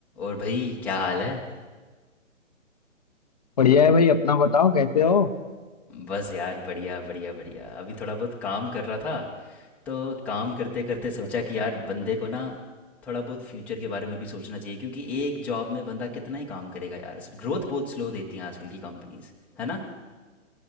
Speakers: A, in the centre; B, on the left.
A: और भाई क्या हाल है?
B: बढ़िया है भाई अपना बताओ कैसे हो
A: बस यार बढ़िया बढ़िया बढ़िया अभी थोड़ा बहुत काम कर रहा था तो काम करते करते सोचा
B: अच्छा अच्छा
A: कि यार बंदे को ना थोड़ा बहुत फ्यूचर के बारे में भी सोचना चाहिए क्योंकि एक जॉब में बंदा कितना ही काम करेगा यार ग्रोथ बहुत स्लो देती हैं आजकल की कंपनीज है ना